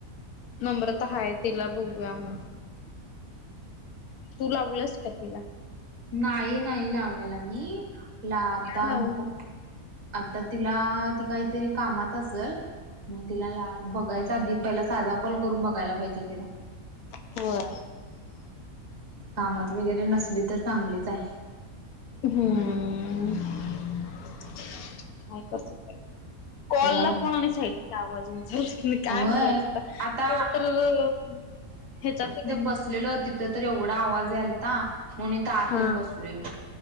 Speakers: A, on the left; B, on the right.
A: नम्रता हाय तिला बोलुया मग. तू लावलस का तिला
B: नाही नाही लावायला मी तीला आता
A: लावू
B: फो आता तिला ती काहीतरी कामात असल. मग तिला लावु बघायचा आधी पहिला साधा कॉल करून बघायला पाहिजे तिला
A: होय.
B: कामात वगैरे नसली तर चांगलीच आहे.
A: हम् <unintelligible> काय करतात बाई कॉलला
B: घरात
A: कोणी सांगितलं की आवाज होईल हेच मी काय
B: होय
A: बोलायचं
B: आता
A: तर <unintelligible> ह्याच्यात
B: बसलेले तिथ तर एवढा आवाज याल म्हणून इथ आत
A: हा
B: येऊन बसलोय